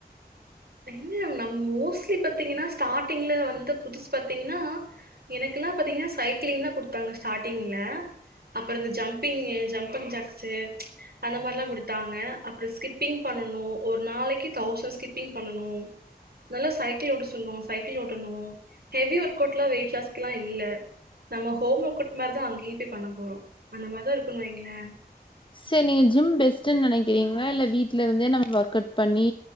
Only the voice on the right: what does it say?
என்ன நம் மோஸ்ட்லி பாத்தீங்கன்னா ஸ்டார்டிங்ல வந்து புதுசு பாத்தீங்கன்னா எனக்குல்லா பாத்தீங்கன்னா சைக்கிளிங் தா குடுத்தாங்க ஸ்டார்டிங்ல அப்றோ இந்த ஜம்பிங்கு ஜம்பங் ஜாக்ஸு அந்த மாரல்லா குடுத்தாங்க அப்றோ ஸ்கிப்பிங் பண்ணனு ஒரு நாளைக்கு தௌசண் ஸ்கிப் பிங் பண்ணனு நல்லா சைக்கிள் ஓட்ட சொல்லுவாங்க சைக்கிள் ஓட்டணு ஹெவி ஒர்க் அவுட்லா வெயிட் லாஸ்குலா இல்ல நம்ம ஹோம் ஒர்க்அவுட் மரிதா அங்கயு போய் பண்ண போறோ அந்த மாரிதா இருக்குனு வைங்கள